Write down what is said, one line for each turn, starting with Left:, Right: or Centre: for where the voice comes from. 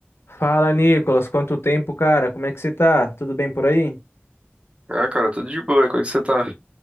Left: Fala, Nicolas. Quanto tempo, cara? Como é que você tá? Tudo bem por aí?
Right: Ah, cara, tudo de boa. Como é que você tá?